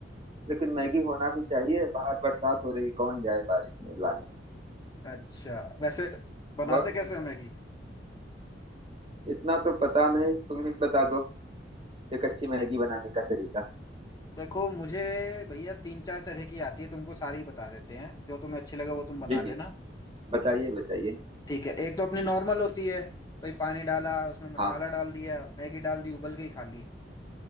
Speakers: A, on the right; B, on the left.
A: लेकिन मैगी होना भी चाहिए बाहर बरसात हो रही है कौन जाए बारिश में लाने
B: अच्छा वैसे बनाते
A: और
B: कैसे हो मैगी
A: इतना तो पता नहीं तुम ही बता दो एक अच्छी मैगी बनाने का तरीका
B: देखो मुझे भैया तीन चार तरह की आती है तुमको सारी बता देते हैं जो तुम्हें अच्छी लगे वो तुम बना
A: जी जी
B: लेना
A: बताइए बताइए
B: ठीक है एक तो अपनी नॉर्मल होती है भाई पानी डाला उसमें मसाला
A: हाँ
B: डाल दिया मैगी डाल दी उबल गई खा ली